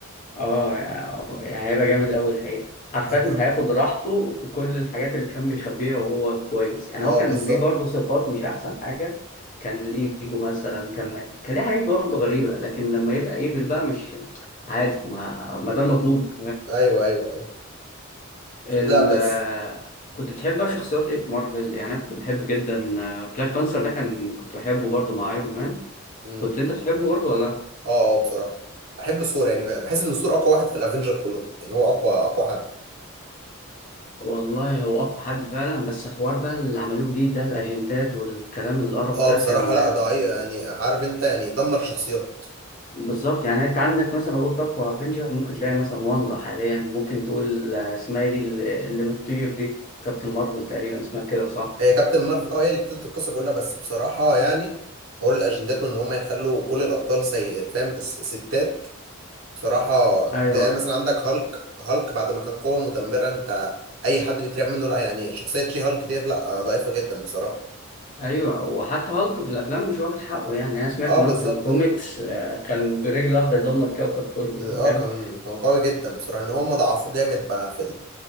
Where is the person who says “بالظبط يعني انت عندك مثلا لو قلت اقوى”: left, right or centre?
Left